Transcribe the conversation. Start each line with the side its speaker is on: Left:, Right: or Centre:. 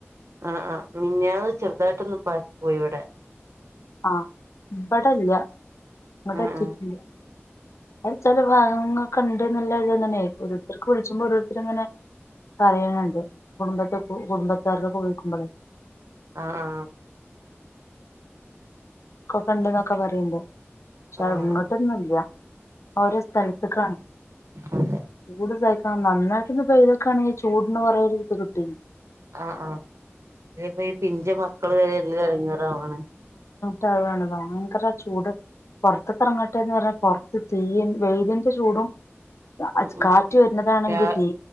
Right: ആ ആ മെന്നയാന്ന് ചെറുതായിട്ടൊന്ന് പാറ്റി പോയിവിടെ
Left: ആ ഇവിടില്ല ഇവിടെ
Right: ആഹ്
Left: എത്തിട്ടില്ല അത് ചെല ഭാഗങ്ങക്ക നല്ല <unintelligible> തന്നെ ഓരോത്തർക്ക് വിളിച്ചുമ്പോ ഓരോരു അവരങ്ങനെ പറയണെണ്ട് കുടുംബത് കുടുംബത്താർക്കൊക്കെ വിളിക്കുമ്പളെ
Right: ആ ആ
Left: ഒക്കെ കണ്ടന്നൊക്കെ പറയുമ്പോ പക്ഷെ
Right: ആഹ്
Left: ഇങ്ങോട്ടൊന്നും
Right: ആഹ്
Left: ഇല്ല ഓരോ സ്ഥലത്ത് കാണും
Right: അതെ
Left: കൂടുതൽ ആ നന്നായിട്ടൊന്ന് പെയ്തൊക്കെ ആണെ ഈ ചൂടിന്ന് കൊറെയൊരു ഇത് കിട്ടീനെ
Right: ആ ആ ഇതിപ്പം ഈ പിഞ്ചു മക്കള് വരെ എല്ലാം ഇടങ്ങേറാവണ്
Left: തതാണ് ഭയങ്കര ചൂട് പൊറത്ത് കറങ്ങട്ടെന്ന് പറഞ്ഞാൽ പൊറത്ത് തീയും വെയിലിന്റെ ചൂടും കാറ്റ്
Right: ഉം ഉം
Left: കാറ്റ് വരുന്നതാണെങ്കിൽ
Right: രാ
Left: തീ